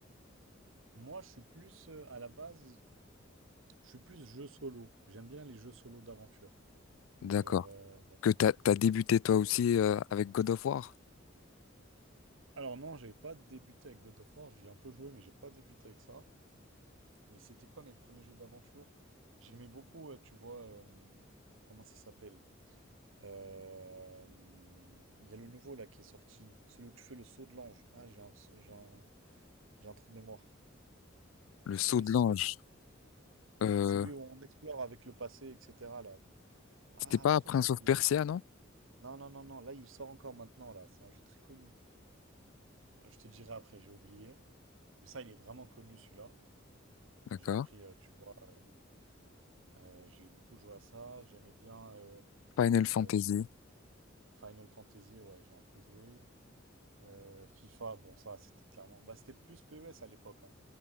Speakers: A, on the right; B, on the left.
A: Moi, je suis plus, euh, à la base, je suis plus jeu solo. J'aime bien les jeux solo d'aventure.
B: D'accord.
A: Genre, euh,
B: Que t'as, t'as débuté toi aussi euh, avec God of War,
A: alors non, j'avais pas débuté avec God of War. J'ai un peu joué, mais j'ai pas débuté avec ça. Mais c'était quoi mes premiers jeux d'aventure? J'aimais beaucoup, euh, tu vois, euh, comment ça s'appelle? Euh, Il y a le nouveau là qui est sorti, celui où tu fais le saut de l'ange. Ah, j'ai un, j'ai un, j'ai un trou de mémoire.
B: le Saut
A: Comment
B: de
A: il s'appelle?
B: l'ange. Euh,
A: Celui où on explore avec le passé, etc. là. Ah,
B: c'était pas
A: pourquoi
B: Prince
A: j'ai oublié?
B: of Persia, non?
A: Non, non, non, non, là il sort encore maintenant là. C'est un jeu très connu. Je te dirai après, j'ai oublié. Mais ça, il est vraiment connu celui-là.
B: D'accord.
A: J'ai appris, euh, tu vois, euh, euh, j'ai beaucoup joué à ça. J'aimais bien euh,
B: Final Fantasy.
A: euh, Final Fantasy, ouais, j'ai un peu joué. Euh, FIFA, bon, ça, c'était clairement. Bah, c'était plus PES à l'époque. hein.